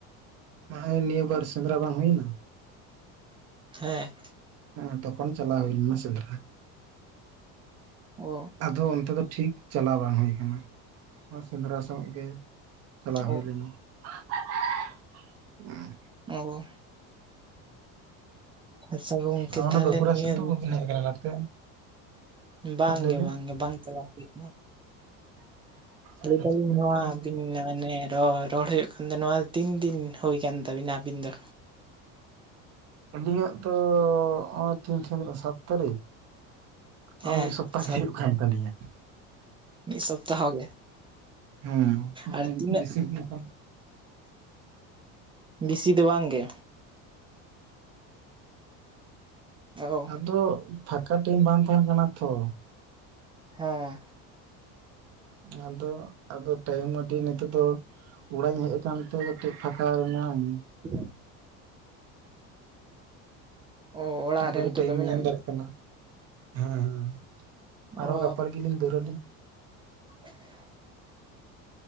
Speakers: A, on the right; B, on the right.
A: ᱱᱚᱜᱼᱚᱭ ᱱᱤᱭᱟᱹ ᱵᱟᱨ ᱥᱮᱸᱫᱽᱨᱟ ᱵᱟᱝ ᱦᱩᱭᱱᱟ᱾
B: ᱦᱮᱸ
A: ᱦᱮᱸ ᱮᱸ ᱛᱚᱠᱷᱚᱱ ᱪᱟᱞᱟᱣ ᱦᱩᱭ ᱞᱮᱱᱟ ᱥᱮᱸᱫᱽᱨᱟ
B: ᱚ
A: ᱟᱫᱚ ᱚᱱᱛᱮ ᱫᱚ ᱴᱷᱤᱠ ᱪᱟᱞᱟᱣ ᱵᱟᱝ ᱦᱩᱭ ᱠᱟᱱᱟ ᱟᱨ ᱥᱮᱸᱫᱽᱨᱟ ᱥᱚᱸᱜᱮᱼᱟ ᱜᱮ ᱪᱟᱞᱟᱣ ᱦᱩᱭ
B: ᱚ
A: ᱞᱮᱱᱟ᱾ <inaudible> ᱩᱸᱦ
B: ᱚ ᱟᱪᱪᱷᱟ ᱜᱚᱝᱠᱮ
A: ᱟᱨ
B: ᱛᱟᱦᱚᱞᱮ
A: ᱵᱟᱹᱠᱩᱲᱟ
B: ᱱᱤᱭᱟᱹ
A: ᱥᱮᱫ ᱫᱚ ᱵᱟᱵᱤᱱ ᱦᱮᱡ ᱠᱟᱱᱟ ᱱᱟᱛᱮ
B: ᱵᱟᱝ
A: ᱦᱮᱡ ᱞᱮᱵᱤᱱ
B: ᱜᱮ ᱵᱟᱝ ᱜᱮ ᱵᱟᱝ ᱪᱟᱞᱟᱣ ᱦᱩᱭ ᱠᱟᱱᱟ᱾
A: ᱟᱨ
B: ᱞᱟᱹᱭ ᱫᱟᱹᱞᱤᱧ
A: ᱪᱮᱫ ᱵᱤᱱ
B: ᱱᱚᱣᱟ
A: ᱞᱟᱹᱭᱮᱫ ᱛᱟᱦᱮᱸ ᱞᱟᱹᱭ
B: ᱟᱹ <unintelligible>
A: ᱵᱤᱱ
B: ᱨᱚᱲ ᱨᱚᱲ ᱦᱞᱭᱩᱜ ᱠᱟᱱ ᱫᱚ ᱱᱚᱣᱟ ᱛᱤᱱ ᱫᱤᱱ ᱦᱩᱭ ᱠᱟᱱ ᱛᱟᱵᱤᱱᱟ ᱟᱹᱵᱤᱱ ᱫᱚ
A: ᱟᱹᱞᱤᱧᱟᱜ ᱫᱚ ᱱᱚᱜ ᱚᱭ ᱛᱤᱦᱤᱧ ᱛᱤᱱᱟᱹᱜ ᱥᱟᱛ ᱛᱟᱹᱨᱤᱠᱷ ᱱᱚᱜᱼᱚᱭ
B: ᱦᱮᱸ
A: ᱢᱤᱫ ᱥᱚᱯᱛᱟ ᱜᱮ
B: ᱥᱟᱛ
A: ᱦᱩᱭᱩᱜ ᱠᱟᱱ ᱛᱟᱞᱤᱧᱟ᱾
B: ᱢᱤᱫ ᱥᱚᱯᱛᱟ ᱦᱚ ᱜᱮ
A: ᱦᱩᱸ ᱯᱷᱚᱱ
B: ᱟᱨ
A: ᱮᱢ
B: ᱛᱤᱱᱟᱹᱜ
A: ᱨᱤᱥᱤᱯ ᱞᱮᱠᱷᱟᱱ
B: ᱵᱮᱥᱤ ᱫᱚ ᱵᱟᱝ ᱜᱮ ᱚ
A: ᱟᱫᱚ ᱯᱷᱟᱠᱟ ᱴᱟᱹᱭᱤᱢ ᱵᱟᱝ ᱛᱟᱦᱮᱱ ᱠᱟᱱᱟ ᱛᱚ
B: ᱦᱮᱸ
A: ᱟᱫᱚ ᱟᱫᱚ ᱴᱟᱭᱤᱢ ᱟᱹᱰᱤ ᱱᱤᱛᱚᱜ ᱫᱚ ᱚᱲᱟᱜ ᱤᱧ ᱦᱮᱡ ᱟᱠᱟᱱᱛᱮ ᱠᱟᱹᱴᱤᱡ ᱯᱷᱟᱠᱟ ᱢᱤᱱᱟᱹᱧ
B: <unintelligible> ᱚ ᱚᱲᱟᱜ
A: ᱟᱨ
B: ᱨᱮ
A: ᱠᱟᱹᱴᱤᱡ
B: ᱱᱤᱛᱚᱜ
A: ᱴᱟᱭᱤᱢ
B: ᱫᱚ ᱢᱮᱱᱟᱜ
A: ᱤᱧ ᱧᱟᱢ
B: ᱢᱮᱭ᱾
A: ᱫᱟᱲᱮᱭᱟᱜ ᱠᱟᱱᱟ ᱦᱮᱸ ᱦᱮᱸ ᱟᱨᱼᱚ
B: ᱚ
A: ᱜᱟᱯᱟᱨ ᱞᱟᱜᱤᱫᱞᱤᱧ ᱫᱟᱹᱲᱟᱞᱤᱧ
B: <inaudible>